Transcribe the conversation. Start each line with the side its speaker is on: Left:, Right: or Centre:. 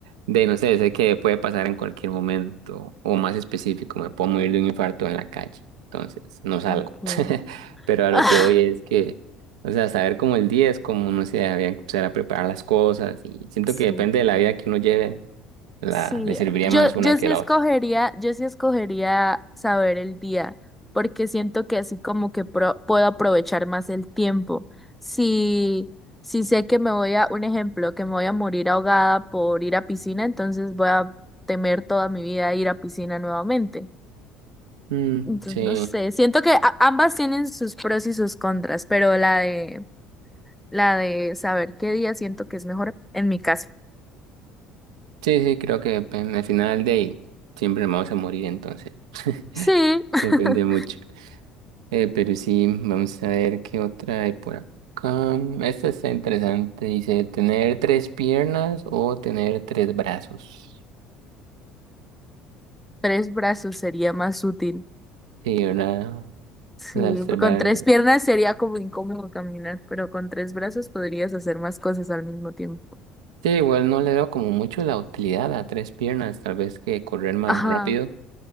Right: de no sé, sé que puede pasar en cualquier momento, o más específico, me puedo morir de un infarto en la calle, entonces no salgo.
Centre: Okay.
Right: <laughs> Pero a
Centre: <laughs>
Right: lo que voy es que, o sea, saber como el día es como, no sé, había que empezar a preparar las cosas y siento
Centre: Sí,
Right: que depende de la vida que uno lleve la,
Centre: sí.
Right: le serviría
Centre: Yo,
Right: más una
Centre: yo
Right: que
Centre: sí
Right: la
Centre: escogería,
Right: otra.
Centre: yo sí escogería saber el día, porque siento que así como que pro- puedo aprovechar más el tiempo. Si, si sé que me voy a, un ejemplo, que me voy a morir ahogada por ir a piscina, entonces voy a temer toda mi vida ir a piscina nuevamente.
Right: Mm,
Centre: Entonces,
Right: sí,
Centre: no sé, siento que a- ambas tienen sus pros y sus contras, pero la de la de saber qué día siento que es mejor en mi caso.
Right: sí, sí, creo que pues, al final de ahí siempre nos vamos a morir, entonces <laughs>
Centre: Sí, <laughs>
Right: depende mucho. Eh, pero sí, vamos a ver qué otra hay por acá. Esta está interesante, dice, ¿tener tres piernas o tener tres brazos?
Centre: tres brazos sería más útil.
Right: Sí, ¿verdad?
Centre: Sí,
Right: Las tres
Centre: con
Right: bra-
Centre: tres piernas sería como incómodo caminar, pero con tres brazos podrías hacer más cosas al mismo tiempo.
Right: Sí, igual no le veo como mucho la utilidad a tres piernas, tal vez que correr más
Centre: Ajá,
Right: rápido,